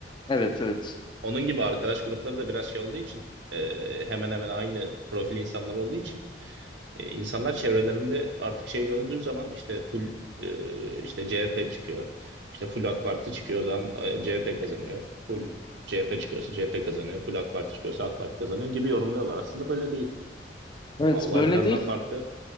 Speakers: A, on the left; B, on the right.
A: Evet evet.
B: Onun gibi arkadaş grupları da biraz şey olduğu için e, hemen hemen aynı profil insanlar olduğu için e, insanlar çevrelerinde artık şey gördüğü zaman işte full e, işte CHP çıkıyor. İşte full AK Parti çıkıyor o zaman e, CHP kazanıyor. Full CHP çıkıyorsa CHP kazanıyor. Full AK Parti çıkıyorsa AK Parti kazanıyor gibi yorumluyorlar. Aslında böyle değil.
A: Evet
B: Ha, olay
A: böyle
B: biraz
A: değil.
B: daha farklı.